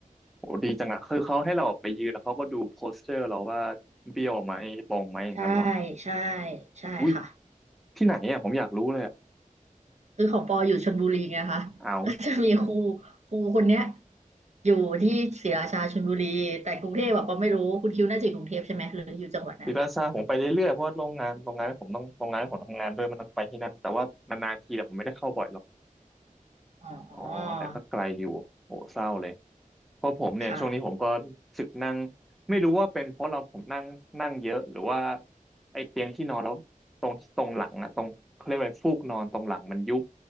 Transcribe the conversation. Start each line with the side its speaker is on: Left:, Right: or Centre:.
Centre: โหดีจังอะคือเขาให้เราออกไปยืนแล้วเขาก็ดูโพสเจอร์เราว่าเบี้ยวไหมตรงไหมอย่างนั้นหรอ
Right: ใช่ใช่ใช่ค่ะ
Centre: อุ้ยที่ไหนอะผมอยากรู้เลยอะ
Right: คือของปออยู่ชลบุรีไงคะก็จะมีครู
Centre: เอา
Right: ครูคนเนี้ยอยู่ที่ศรีราชาชลบุรีแต่กรุงเทพแบบปอไม่รู้คุณคิวน่าจะอยู่กรุงเทพใช่ไหมหรืออยู่จังหวัดไหนคะ
Centre: ศิลาซาผมไปเรื่อยๆเพราะว่าโรงงานโรงงานที่ผมต้องโรงงานที่ผมทำงานด้วยมันต้องไปที่นั่นแต่ว่านานๆทีแต่ผมไม่ได้เข้าบ่อยหรอก
Right: อ๋อ
Centre: อ๋อแต่ก็ไกลอยู่โหเศร้าเลย เพราะผมเนี่ยช่วงนี้ผมก็
Right: ค่ะ
Centre: สึกนั่งไม่รู้ว่าเป็นเพราะเราผมนั่งนั่งเยอะหรือว่าไอ้เตียงที่นอนแล้วตรงตรงหลังอะตรงเขาเรียกว่าฟูกนอนตรงหลังมันยุบ